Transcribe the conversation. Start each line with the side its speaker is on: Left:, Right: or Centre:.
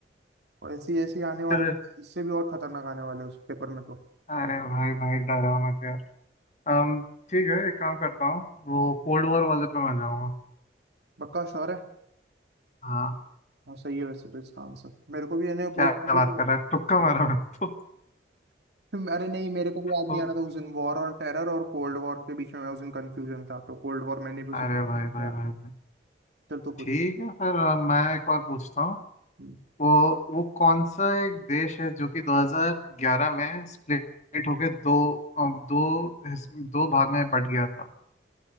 Right: और ऐसी ऐसी आने वाले
Left: चलो
Right: इससे भी और खतरनाक आने वाले उस पेपर में तो
Left: अरे भाई भाई डरा मत यार अम, ठीक है एक काम करता हूँ वो कोल्ड वॉर वाले पे मैं जाऊँगा
Right: पक्का श्योर है
Left: हाँ
Right: हाँ सही है वैसे तो इसका आंसर मेरे को भी यानी
Left: क्या
Right: बहुत खुशी
Left: बात
Right: से
Left: कर रहा है तुक्का मारा मैं तो
Right: पता अरे नहीं मेरे को भी याद
Left: तो-
Right: नहीं आ रहा था उस दिन वॉर और टेरर और कोल्ड वॉर के बीच में मैं उस दिन कंफ्यूजन था तो कोल्ड वॉर मैंने भी उस
Left: अरे
Right: दिन
Left: भाई
Right: किया।
Left: भाई भाई भाई
Right: चल तो
Left: ठीक
Right: पूछ
Left: है फिर अ, मैं एक और पूछता हूँ
Right: हम्म।
Left: वो वो कौन सा एक देश है जो कि 2011 में स्प्लिट होके दो अ, दो हिस- दो भाग में बट गया था